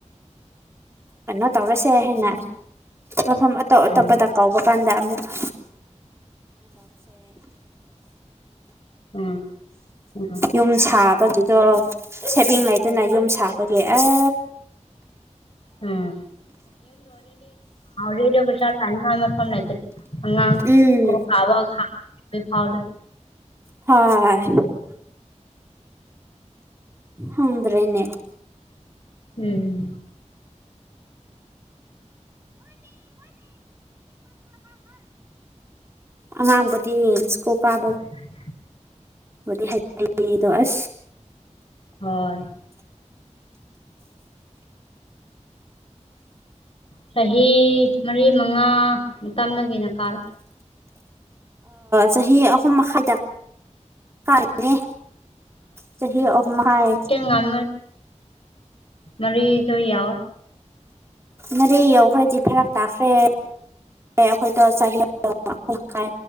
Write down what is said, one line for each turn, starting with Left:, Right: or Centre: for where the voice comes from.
Right: ꯀꯩꯅꯣ ꯇꯧꯔꯁꯦ ꯍꯥꯏꯅ ꯃꯐꯝ ꯑꯇꯣꯞ ꯑꯇꯣꯞꯄꯗ
Left: ꯎꯝ
Right: ꯀꯧꯕ ꯀꯥꯟꯗ ꯑꯃꯨꯛꯀ
Left: ꯎꯝ ꯎ <unintelligible> <inaudible>
Right: ꯌꯨꯝ ꯁꯥꯕꯒꯤꯗꯣ ꯁꯦꯕꯤꯡ ꯂꯩꯗꯅ ꯌꯨꯝ ꯁꯥꯕꯒꯤ ꯑꯦ
Left: ꯎꯝ ꯏꯗꯤꯗꯤ ꯄꯁꯥꯜ ꯇꯅꯤꯡꯅꯐꯝ ꯑꯉꯥꯡ
Right: ꯎꯝ
Left: ꯀꯣ ꯑꯋꯥ ꯈ ꯐꯥꯎ
Right: ꯍ <unintelligible> <inaudible> ꯍꯗ꯭ꯔꯦꯅꯦ
Left: ꯎꯝ <unintelligible> <inaudible>
Right: ꯑꯉꯥꯡꯕꯗꯤ ꯁ꯭ꯀꯨꯜ ꯀꯥꯕ
Left: <inaudible>
Right: ꯃ ꯍꯥꯏꯗꯁ
Left: ꯍꯣꯏ ꯆꯍꯤ ꯃꯔꯤ ꯃꯉꯥ ꯃꯇꯝꯗꯒꯤꯅ ꯀꯥꯔꯣ
Right: ꯆꯍꯤ ꯑꯍꯨꯝ ꯃꯈꯥꯏꯗ ꯀꯥꯔꯤꯅꯦ ꯆꯍꯤ ꯑꯃꯥꯏ
Left: ꯉꯜꯃ ꯃꯔꯤꯁꯨꯣꯏ ꯌꯥꯑꯣꯣ
Right: ꯅꯔꯦ ꯌꯧꯈ꯭ꯔꯦꯗꯤ ꯐꯔꯛ ꯇꯥꯈ꯭ꯔꯦ ꯑꯩꯈꯣꯏꯗꯣ ꯆꯍꯤꯥꯏ